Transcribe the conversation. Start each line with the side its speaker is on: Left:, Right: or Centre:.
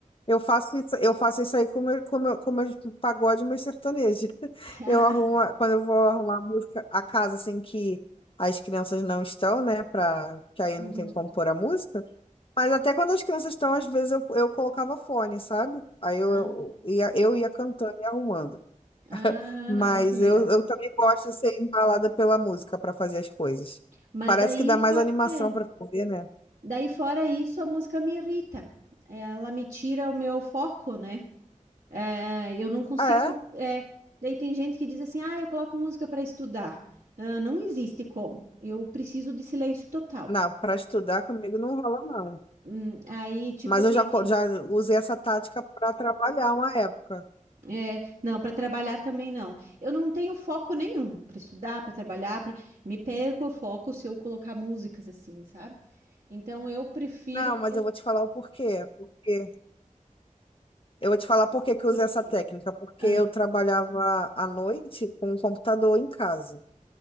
Left: Eu faço isso, eu faço isso aí com meu, com meu, com meus pagode e meus sertanejos. <laughs>
Right: <laughs>
Left: Eu arrumo, a- quando eu vou arrumar a música, a casa assim que as crianças não estão, né? Pra, que aí
Right: Uhum.
Left: não tem como pôr a música. Mas até quando as crianças estão, às vezes eu, eu colocava fone, sabe? Aí eu,
Right: Ah,
Left: eu, ia, eu ia cantando e arrumando.
Right: ah,
Left: Mas
Right: ah, que legal.
Left: eu, eu também gosto de ser embalada pela música para fazer as coisas.
Right: Mas
Left: Parece
Right: daí
Left: que dá mais
Right: fora,
Left: animação
Right: é,
Left: para fazer, né?
Right: daí fora isso, a música me irrita. Ela me tira o meu foco, né? É, eu não consigo.
Left: É,
Right: é, daí tem gente que diz assim: ah, eu coloco música para estudar. Ah, não existe como. Eu preciso de silêncio total.
Left: não, para estudar comigo não rola, não.
Right: Hum, aí, tipo,
Left: Mas
Right: tem.
Left: eu já, co- já usei essa tática para trabalhar uma época.
Right: É, não, para trabalhar também não. Eu não tenho foco nenhum para estudar, para trabalhar, pra... me perco o foco se eu colocar músicas assim, sabe? Então eu prefiro
Left: Não, mas eu vou te falar o porquê. Porque eu vou te falar por que que eu
Right: porque
Left: usei essa técnica. Porque
Right: ah,
Left: eu trabalhava à noite com um computador em casa.